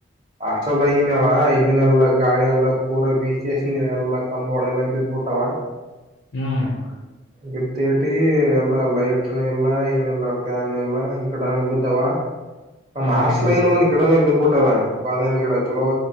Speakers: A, on the right; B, on the left.
A: ಆಸ್ಟ್ರೆಲ್ ಆಗನವ ಇಲ್ಲಿನೆೆಲ್ಲಾ ಗಾಳಿಯೆಲ್ಲಾ ಪೂರಾ ಬೀಚಸ್ ಎಲ್ಲಾ ಕಂಬಳೆಲ್ಲ ಬಿದ್ಬಿಟ್ಟವ
B: ಹ್ಮ್
A: ಬಿದ್ದೇಟಗ ಎಲ್ಲ ಲೈಟ್ನ ಇಲ್ಲ ಏನಿಲ್ಲ ಫ್ಯಾನ್ ಎಲ್ಲ ಗಿಡಾನ ಬಿದ್ದಾವ
B: ಹ್ಮ್
A: ನ್ ಆಸ್ಲೈನ್
B: ಹ್ಮ್
A: ಒಂದು ಗಿಡನೆ ಬದ್ಬಿಟ್ಟು ಡವ ಬಾಳೆಹಣ್ಣು ಗಿಡ ಚಲೋ